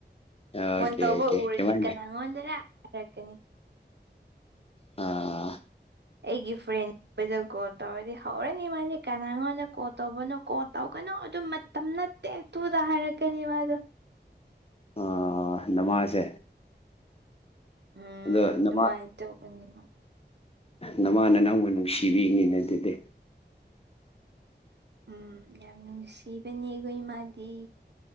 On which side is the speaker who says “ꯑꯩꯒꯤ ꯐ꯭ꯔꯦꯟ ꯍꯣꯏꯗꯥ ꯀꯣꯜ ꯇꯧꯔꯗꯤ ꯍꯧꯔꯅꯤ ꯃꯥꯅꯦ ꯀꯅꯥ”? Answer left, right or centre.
Right